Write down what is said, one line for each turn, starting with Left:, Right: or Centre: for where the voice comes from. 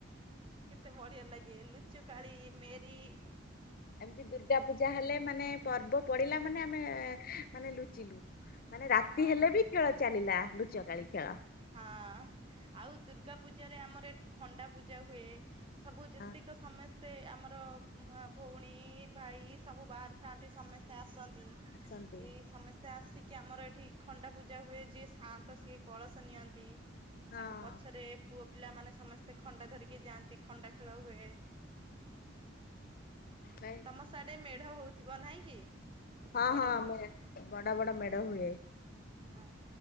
Right: କେତେ ବଢିଆ ଲାଗେ ଲୁଚୁକାଳି ମେରି।
Left: ଏମିତି ଦୁର୍ଗା ପୂଜା ହେଲେ ମାନେ ପର୍ବ ପଡିଲା ମାନେ ଆମେ ମାନେ ଲୁଚିଲୁ। ମାନେ ରାତି
Right: ହଁ
Left: ହେଲେ ବି ଖେଳ ଚାଲିଲା ଲୁଚକାଳି ଖେଳ।
Right: ହଁ ଆଉ ଦୁର୍ଗା ପୂଜାରେରେ ଆମର ଏଠି ଖଣ୍ଡା ପୂଜା ହୁଏ। ସବୁ ଯେତିକ
Left: ହଁ
Right: ସମୟ ସେ ଆମର ଭଉଣୀ ଭାଇ ସବୁ ବାହାରିଥାନ୍ତି ସମସ୍ତେ ଆସନ୍ତି।
Left: ଆସନ୍ତି
Right: ଏଇ ସମସ୍ତେ ଆସିକି ଆମର ଏଠି ଖଣ୍ଡା ପୂଜା ହୁଏ ଯିଏ ସାନ୍ତ ସିଏ କଳସ ନିଅନ୍ତି
Left: ହଁ
Right: ତାଙ୍କ ପଛରେ। ପୁଅ ପିଲାମାନୋନେ ସମସ୍ତେ ଖଣ୍ଡା ଧରିକି ଯାଆନ୍ତି ଖଣ୍ଡା ଖେଳ ହୁଏ।
Left: କାଇଁ
Right: ତମ ସାଡେ ମେଢ ହଉଥିବ ନହିଁ କି?
Left: ହଁ
Right: ବଡ
Left: ହଁ
Right: ବଡ
Left: ମେ ବଡ ବଡ ମେଢ ହୁଏ।
Right: ହଁ